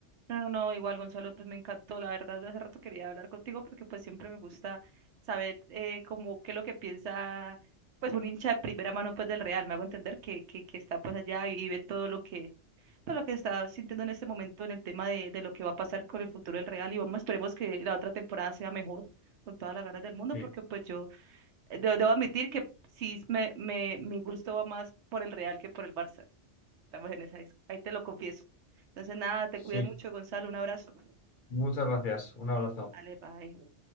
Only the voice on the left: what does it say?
Sí,
sí.
Muchas gracias. Un abrazo.